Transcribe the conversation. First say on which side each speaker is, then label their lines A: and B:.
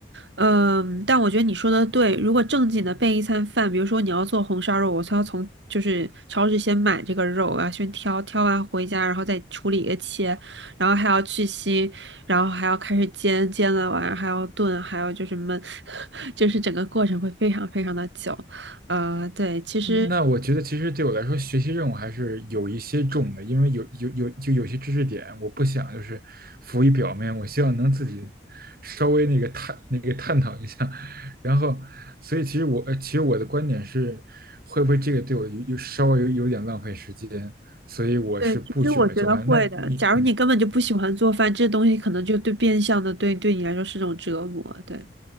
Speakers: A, on the right; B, on the right.
A: 嗯，但我觉得你说的对。如果正经的备一餐饭，比如说你要做红烧肉，我才要从就是超市先买这个肉，我要先挑，挑完回家，然后再处理切。然后还要去腥，然后还要开始煎，煎了完还要炖，还要就是焖，<laughs> 就是整个过程会非常非常的久。呃，对，其实
B: 嗯那我觉得其实对我来说，学习任务还是有一些重的，因为有有有就有些知识点，我不想就是浮于表面，我希望能自己稍微那个探那个探讨一下，然后，所以其实我呃其实我的观点是，会不会这个对我有有稍微有有点浪费时间，所以我是不准备做饭。
A: 对，其实我觉得会的。
B: 那你嗯。
A: 假如你根本就不喜欢做饭，这东西可能就对变相的对对你来说是种折磨。对，